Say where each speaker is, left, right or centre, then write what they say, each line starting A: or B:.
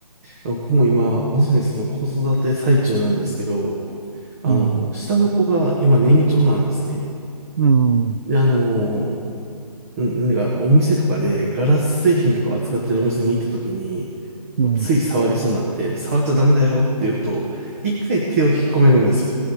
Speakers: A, on the right; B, on the right.
A: 僕も今、まさにその子育て最中なんですけど、あの、
B: うん、
A: 下の子が今年長なんですね。
B: うん、うん、
A: で、あの、んなんかお店とかでガラス製品とかを扱ってるお店に行った時に、
B: うん、
A: こうつい触りそうになって、触っちゃダメだよって言うと、一回手を引っ込めるんですよ。